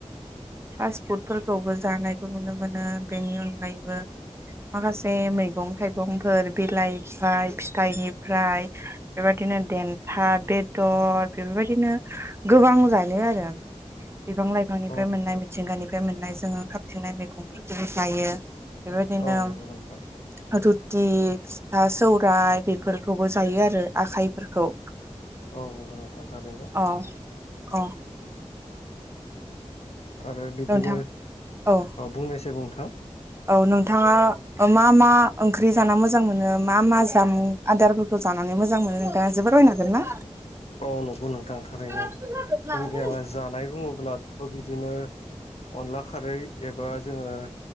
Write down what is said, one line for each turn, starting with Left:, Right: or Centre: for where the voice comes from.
Right: फास्ट फुड फोरखौबो जानायखौ नुनो मोनो बेनि अनगायैबो माखासे मैगं थाइगंफोर बिलाइफ्राय फिथाइनिफ्राय बेबायदिनो देन्था बेदर बेफोरबायदिनो गोबां जायो आरो
Left: <inaudible>
Right: बिफां लाइफांनिफ्राय
Left: औ
Right: मोननाय मिथिंगानिफ्राय मोननाय जोङो खाथिंनाय मैगंफोरखौबो जायो बेबायदिनो
Left: औ नंगौ नोंथां
Right: फिथा सौराइ बेफोरखौबो जायो आरो आखायफोरखौ
Left: औ नंगौ नोंथां थारैनो
Right: औ औ
Left: आरो बिदिनो
Right: नोंथां औ
Left: बुंनायसाय नोंथां
Right: औ नोंथाङा मा मा ओंख्रि जान मोजां मोनो मा मा जामुं आदारफोरखौ जानानै मोजां मोनो दा जोबोर रायनो हागोन ना
Left: औ नंगौ नोंथां थारैनो
Right: औ
Left: जोंनिया
Right: औ
Left: जानाय बुङोब्लाथ' बिदिनो अनला खारै एबा जोङो